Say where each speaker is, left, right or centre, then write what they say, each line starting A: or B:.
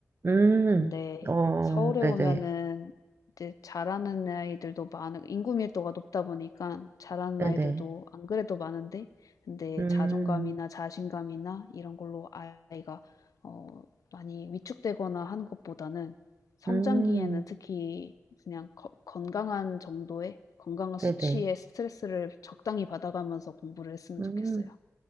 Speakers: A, on the right; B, on the left.
A: 음,
B: 근데
A: 어,
B: 서울에
A: 네네.
B: 오면은 이제 잘하는 아이들도 많은 인구 밀도가 높다 보니까 잘하는
A: 네네.
B: 아이들도 안 그래도 많은데 근데
A: 음,
B: 자존감이나 자신감이나 이런 걸로 아이가 어 많이 위축되거나 하는 것보다는 성장기에는
A: 음,
B: 특히 그냥 거- 건강한 정도의 건강한
A: 네네.
B: 수치의 스트레스를 적당히 받아가면서 공부를 했으면
A: 음,
B: 좋겠어요.